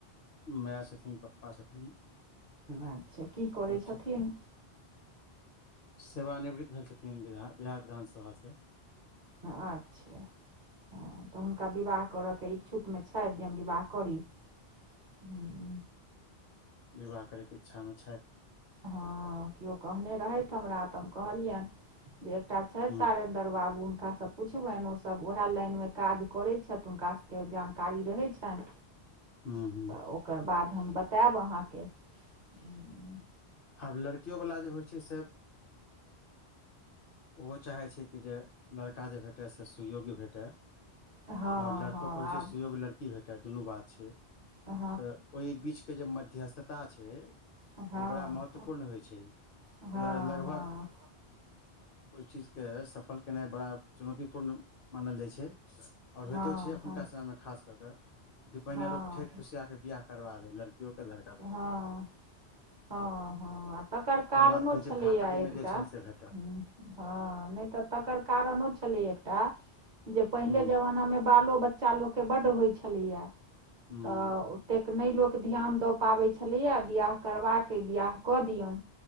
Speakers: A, on the left; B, on the right.
A: माय छथिन पप्पा छथिन
B: अच्छा की करै
A: सब
B: छथिन
A: सेवानिवृत भेल छथिन बि बिहार विधानसभास से
B: ह अच्छा हँ तऽ हुनका विवाह करयके इच्छुकमे छथि जे विवाह करि हूं
A: विवाह करैके इच्छामे छथि
B: हँ किओ कहने रहथि हमरा तऽ हम कहलियनि जे एकटा छथि
A: हुँ
B: तारे दर बाबू हुनकासँ पुछबनि ओसभ ओएह लाइनमे काज करै छथि हुनका सबके जानकारी रहै छैन
A: हुँ हुँ
B: तऽ ओकर बाद हम बतायब अहाँके हम्म,
A: आब लड़कियोवला जे होइ छै से ओहो चाहै छै कि जे लड़का जे भेटए से सुइयोग्य भेटए
B: हँ
A: आओर लड़कोे
B: हँ
A: होइ
B: आब
A: छै सुयोग लड़की भेट कटा दुनू बात छै
B: हँ
A: तऽ ओहि बीचके जे मध्यस्थता छै
B: हँ हँ
A: ओ बड़ा महत्वपूर्ण होइ छै ओ
B: हँ
A: दुआरे लगभग
B: हँ
A: ओहि चीजके सफल केनाइ बड़ा चुनौतीपूर्ण मानल जाइ छै आओर
B: हँ
A: होइतो छै एखुनका
B: हँ
A: समयमे खास कऽ क कि पहिने
B: हँ
A: लोक ठै खुसिया क बियह करबा दै लड़की कओ क लड़
B: हँ हँ हँ तकर
A: ओकर
B: कारणो
A: बाद कहै
B: छलैया
A: छै भाग्यमे
B: एकटा
A: जे छल से भेटल
B: ह हँ नहि तऽ तकर कारणो छलै एकटा जे पहिले
A: हुँ
B: जमानामे बालो बच्चा लोकके बड्ड होइ छलैया
A: हुँ
B: तऽ ओतेक नहि लोक ध्यान दऽ पाबै छलैए बआह करबाके अइ बियाह कऽ दियौन